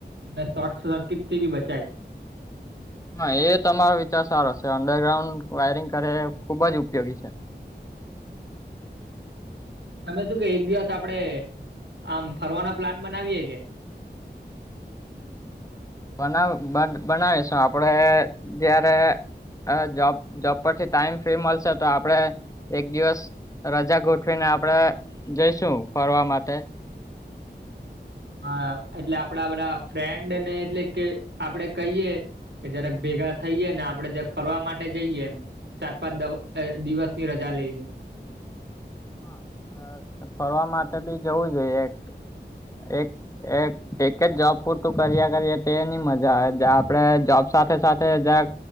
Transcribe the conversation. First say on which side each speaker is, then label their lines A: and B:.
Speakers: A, on the right (about 85°); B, on the left (about 20°).
A: અને શોર્ટ સર્કિટ થી બી બચાય.
B: હ એ તમારો વિચાર સારો છે અંડરગ્રાઉન્ડ વાયરિંગ કરે એ ખુબ જ ઉપયોગી છે.
A: તમે શું કેય? એક દિવસ આપડે આમ ફરવાનો પ્લાન બનાવીએ કે?
B: બનાવ બના બનાવીશું આપડે ત્યારે હ જોબ જોબ પરથી ટાઈમ ફ્રી મલશે તો આપડણે એક દિવસ રજા ગોઠવીને આપડે જઈશું ફરવા માટે.
A: હ એટલે આપડા બધા ફ્રેન્ડને એટલે કે આપડે કહીએ કે જરાક ભેગા થઈએે ને આપડણે જક ફરવા માટે જઈએ એમ. ચાર પાંચ દ દિવસ ની રજા લઈને
B: હ, ફરવા માટે બી જવું જોઈએ. એક એક એક એક જ જોબ પૂરતું કર્યા કરીએ તે ની મજા આવે આપડે જોબ સાથે સાથે જક